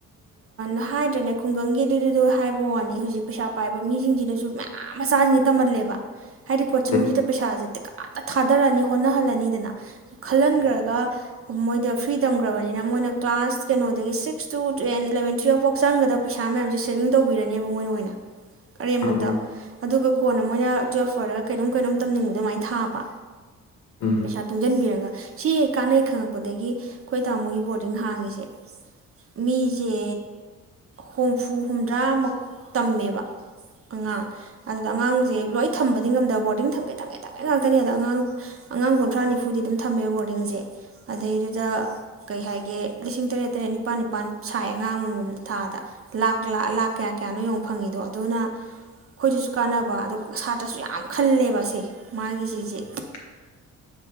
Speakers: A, on the right; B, on the left.
A: ꯍꯥꯏꯗ꯭ꯔꯅꯦ ꯈꯨꯡꯒꯪꯒꯤ ꯑꯗꯨꯗꯨꯗꯣ ꯍꯥꯏꯕ ꯋꯥꯅꯤ ꯍꯧꯖꯤꯛ ꯄꯩꯁꯥ ꯄꯥꯏꯕ ꯃꯤꯁꯤꯡꯁꯤꯅꯁꯨ ꯃꯌꯥꯝ ꯃꯆꯥꯁꯤꯡꯁꯤ ꯇꯝꯍꯜꯂꯦꯕ ꯍꯥꯏꯗꯤ ꯀꯣꯆꯤꯡꯁꯤꯗ
B: ꯎꯝ
A: ꯄꯩꯁꯥꯁꯤꯗ ꯇ ꯀꯥꯅ ꯊꯥꯗꯔꯅꯤ ꯍꯣꯠꯅꯍꯜꯂꯅꯤꯗꯅ ꯈꯜꯍꯟꯈ꯭ꯔꯒ
B: ꯎꯝ
A: ꯃꯣꯏꯗ ꯐ꯭ꯔꯤ ꯇꯝꯈ꯭ꯔꯕꯅꯤꯅ ꯃꯣꯏꯅ ꯀ꯭ꯂꯥꯁ ꯀꯩꯅꯣꯗꯒꯤ ꯁꯤꯛꯁ ꯇꯨ ꯇꯦꯟ ꯏꯂꯕꯦꯟ ꯇꯨꯌꯦꯜꯞꯐꯥꯎ ꯆꯪꯒꯗꯕ ꯄꯩꯁꯥ ꯃꯌꯥꯝꯁꯦ ꯁꯦꯚꯤꯡ ꯇꯧꯕꯤꯔꯅꯦꯕ ꯃꯣꯏꯅ ꯑꯣꯏꯅ ꯑꯔꯦꯝꯕꯗ
B: ꯎꯝ ꯎꯝ
A: ꯑꯗꯨꯒ ꯀꯣꯟꯅ ꯃꯣꯏꯅ ꯇꯨꯋꯦꯜꯐ ꯑꯣꯏꯔꯒ ꯀꯩꯅꯣꯝꯩꯅꯣꯝꯅꯤꯡꯕ ꯑꯗꯨꯃꯥꯏꯅ ꯊꯥꯕ
B: ꯎꯝ
A: ꯄꯩꯁꯥ ꯇꯨꯡꯁꯤꯟꯕꯤꯔꯒ ꯁꯤ ꯀꯥꯟꯅꯩ ꯈꯪꯉꯛꯄꯗꯒꯤ ꯑꯩꯈꯣꯏ ꯇꯥꯃꯣꯒꯤ ꯕꯣꯔꯗꯤꯡ ꯍꯥꯡꯉꯤꯁꯦ ꯃꯤꯁꯦ ꯍꯨꯝꯐꯨ ꯍꯨꯝꯗ꯭ꯔꯥꯃꯨꯛ ꯇꯝꯃꯦꯕ ꯑꯉꯥꯡ ꯑꯗꯨꯗ ꯑꯉꯥꯡꯁꯦ ꯂꯣꯏ ꯊꯝꯕꯅꯤ ꯑ ꯉꯝꯗ ꯣꯔꯗꯤꯡ ꯊꯒꯦ ꯊꯝꯒꯦ ꯇꯋꯥꯏ ꯉꯥꯛꯇꯅꯦ ꯑꯗ ꯑꯉꯥꯡ ꯑꯉꯥꯡ ꯀꯨꯟꯊ꯭ꯔꯥ ꯅꯤꯐꯨꯗꯤ ꯑꯗꯨꯝ ꯊꯝꯃꯦꯕ ꯕꯣꯔꯗꯤꯡꯁꯦ ꯑꯗꯩꯗꯨꯗ ꯀꯩ ꯍꯥꯏꯦ ꯒꯤ ꯂꯤꯁꯤꯡ ꯇꯔꯦꯠ ꯇꯔꯦꯠ ꯅꯤꯄꯥꯜ ꯅꯤꯄꯥꯜ ꯁꯥꯏ ꯑꯉꯥꯡ ꯑꯃꯃꯝꯗ ꯊꯥꯗ ꯂꯥꯛ ꯂꯥꯛ ꯀꯌꯥ ꯀꯌꯥꯅꯣ ꯌꯡ ꯐꯪꯉꯤꯗꯣ ꯑꯗꯨꯅ ꯑꯩꯈꯣꯏꯗꯁꯨ ꯀꯥꯟꯅꯕ ꯑꯗꯣ ꯁꯥꯇ꯭ꯔꯁꯨ ꯌꯥꯝ ꯈꯜꯂꯦꯕ ꯁꯦ ꯃꯥꯒꯤꯁꯤꯁꯦ
B: ꯎꯝ